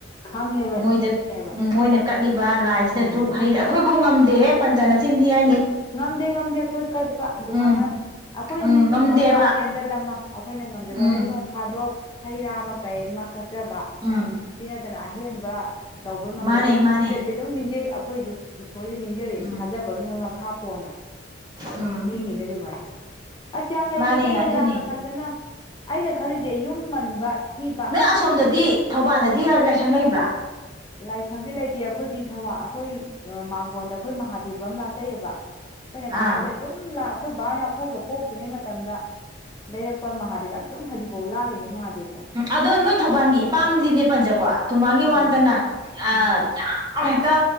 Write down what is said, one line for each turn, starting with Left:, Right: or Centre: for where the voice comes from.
Left: ꯈꯪꯉꯦꯕ
Right: ꯃꯣꯏꯗ
Left: ꯅꯤꯡꯉꯦꯕ
Right: ꯎꯝ ꯃꯣꯏꯅ ꯀꯠꯂꯤꯕ ꯂꯥꯏꯁꯤꯗ
Left: ꯎꯝ
Right: ꯗꯨꯛ ꯍꯩꯔ ꯑꯩꯈꯣꯏꯐꯥꯎ ꯉꯝꯗꯦꯍꯦ ꯄꯟꯆꯥꯟꯅ ꯑꯁꯤꯤꯟ ꯊ ꯍꯥꯏꯅꯤ
Left: ꯉꯝꯗꯦ ꯉꯝꯗꯦ ꯑꯩꯈꯣꯏ ꯀꯠꯄ ꯑꯗꯨꯃꯥꯏꯅ
Right: ꯎꯝ
Left: ꯑꯩꯈꯣꯏꯗꯤ
Right: ꯎꯝ ꯉꯝꯗꯦꯕ
Left: ꯗꯨꯛ ꯑꯃ ꯄꯦꯟꯗꯜ ꯑꯃ ꯑꯩꯈꯣꯏꯅ ꯉꯝꯖꯕ
Right: ꯎꯝ
Left: ꯑꯗꯩ ꯅꯣꯡ ꯐꯥꯗꯣꯛ ꯍꯩ ꯔꯥ ꯑꯃ ꯀꯩ ꯑꯃ ꯀꯠꯆꯕ
Right: ꯎꯝ
Left: ꯁꯤ ꯅꯠꯇꯅ ꯑꯍꯦꯟꯕ ꯇꯧꯕ ꯉꯝꯗꯦ
Right: ꯃꯥꯅꯦ
Left: ꯑꯗꯣ ꯄꯨꯛꯅꯤꯡꯗꯥꯗꯤ
Right: ꯃꯥꯅꯦ
Left: ꯑꯗꯨꯝ ꯅꯤꯡꯖꯩ ꯑꯩꯈꯣꯏꯖꯨ ꯏꯁꯣꯔ ꯅꯤꯡ ꯖꯔꯤꯅꯤ
Right: ꯎꯝ
Left: ꯊꯥꯖꯕꯒꯤ ꯃꯈꯥ ꯄꯣꯟꯅ
Right: ꯎꯝ
Left: ꯅꯤꯡꯉꯤꯅꯦ ꯑꯗꯨꯃꯥꯏꯅ ꯑꯁ ꯌꯥꯝ ꯂꯩꯅꯤꯡꯉꯤꯗ
Right: ꯃꯥꯅꯦ ꯑꯗꯨꯅꯦ
Left: ꯌꯥꯝꯅ ꯐꯖꯅ ꯑꯩꯅ ꯈꯜꯂꯤꯁꯦ ꯌꯨꯝ ꯃꯟꯕ ꯊꯤꯕ
Right: ꯅꯣꯏ ꯑꯁꯣꯝꯗꯗꯤ
Left: ꯑꯗꯨ
Right: ꯊꯧꯕꯥꯜꯗꯗꯤ ꯂꯥꯏꯁꯪ ꯂꯩꯕ꯭ꯔꯥ
Left: ꯂꯥꯏꯁꯪꯗꯤ ꯂꯩꯇꯦ ꯑꯩꯈꯣꯏꯗꯤ ꯊꯧꯋꯥꯜ ꯑꯩꯈꯣꯏ ꯃꯥꯡꯒꯣꯟꯗ ꯑꯩꯈꯣꯏ ꯃꯍꯥꯗꯦꯕ ꯑꯃ ꯂꯥꯠꯆꯩꯌꯦꯕ ꯑꯩꯈꯣꯏꯅ ꯈꯥꯛꯄꯗꯩ
Right: ꯑꯥ
Left: ꯑꯗꯨꯝ ꯑꯩꯈꯣꯏ ꯕꯥꯅ ꯑꯩꯈꯣꯏꯒ ꯄꯣꯛꯇ꯭ꯔꯤꯉꯩ ꯃꯇꯝꯗ ꯂꯩꯔꯛꯄ ꯃꯍꯥꯗꯦꯕ ꯑꯗꯨꯝ ꯍꯧꯖꯤꯛꯐꯥꯎ ꯂꯥꯠꯂꯤꯅꯦ ꯃꯍꯥꯗꯦꯕ
Right: ꯑꯗꯣ ꯅꯣꯏ ꯊꯧꯕꯥꯜꯒꯤ ꯏꯄꯥꯝꯁꯤꯅꯦ ꯄꯟꯖꯀꯣ ꯇꯨꯡꯃꯥꯡꯒꯤ ꯋꯥ
Left: ꯎꯝ
Right: ꯅꯠꯇꯥꯅꯥ ꯑꯥ
Left: ꯎꯝ
Right: ꯌꯥꯝ ꯍꯦꯛꯇꯥ